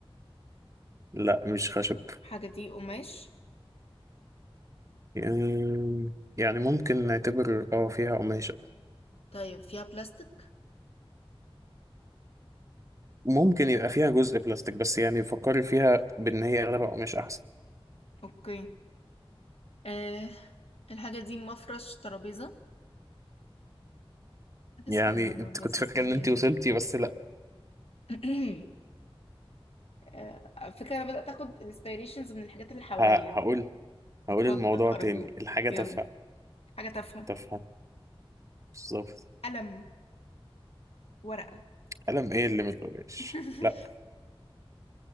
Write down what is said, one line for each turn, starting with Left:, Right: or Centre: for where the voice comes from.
Right: لا مش خشب
Left: حاجة دي قماش
Right: آم، يعني ممكن نعتبر اه فيها قماش
Left: طيب فيها بلاستيك
Right: ممكن يبقى فيها جزء بلاستيك بس يعني فكري فيها بان هي اغلبها قماش احسن
Left: اوكي آه الحاجة دي مفرش ترابيزة حاجة
Right: يعني
Left: صغننة
Right: انت
Left: باصص
Right: كنت فاكره
Left: عليها
Right: ان انت وصلتي بس لا
Left: <clears throat> آه، على فكرة أنا بدأت أخد inspirations من الحاجات اللي حواليا
Right: ه- هقول هقول
Left: اتفضل
Right: الموضوع
Left: أرجوك
Right: تاني الحاجه تافهه
Left: يلا حاجة تافهة
Right: تافهه بالظبط
Left: قلم ورقة
Right: قلم ايه اللي من القماش
Left: <laughs>
Right: لا